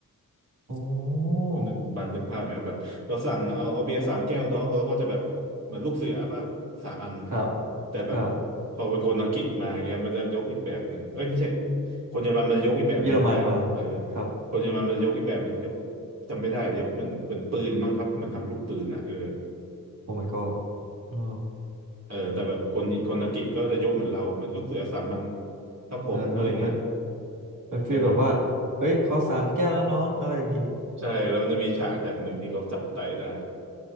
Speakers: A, on the right; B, on the right.
A: โอ้อ
B: คุณบันนึกภาพไหมแบบเราสั่งเอาเอาเบียร์สามแก้วน้องเราก็จะแบบเหมือนลูกเสือป่ะสามอัน
A: ครับ
B: แต่แบบ
A: ครับ
B: พอเป็นคนอังกฤษมาเงี้ยมันจะยกอีกแบบหนึ่งเอ้ยไม่ใช่คนเยอรมันมันจะยกอีกแบบหนึ่งแต่เออ
A: เป็นเยอรมันมา ครับ
B: คนเยอรมันมันจะยกอีกแบบหนึ่งยกจำไม่ได้ยกเหมือนเป็นปืนมั้งครับเหมือนทำลูกปืนอ่ะเออ
A: โอ้ my god เออ
B: เออแต่แบบคนคนอังกฤษก็จะยกเหมือนเราเหมือนลูกเสือสามัญครับผมอะไรเงี้ย
A: เออเออ เป็นเป็นฟีลแบบว่า
B: เออ
A: เฮ้ย ขอสามแก้วนะน้อง อะไรอย่างงี้
B: ใช่แล้วมันจะมีฉากฉากหนึ่งที่เขาจับไต่ได้